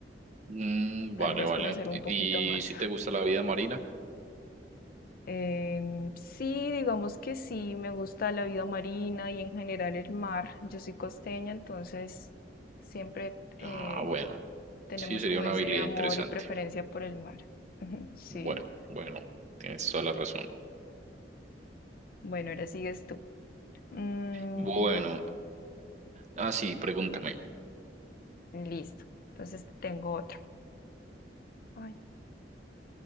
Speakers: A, on the right; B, on the left.
A: Mm,
B: Tal
A: vale,
B: vez
A: vale.
B: conocer un
A: ¿Y,
B: poquito más.
A: y si te gusta la vida marina?
B: Em, sí, digamos que sí, me gusta la vida marina y en general el mar. Yo soy costeña, entonces siempre eh,
A: Ah, bueno,
B: tenemos
A: sí, sería
B: como
A: una
B: ese
A: habilidad
B: amor
A: interesante.
B: y preferencia por el mar. <laughs> Sí,
A: Bueno, bueno, tienes toda la razón.
B: bueno, ahora sigues tú. Mm,
A: Bueno, ah, sí, pregúntame.
B: listo, entonces tengo otro. Ay,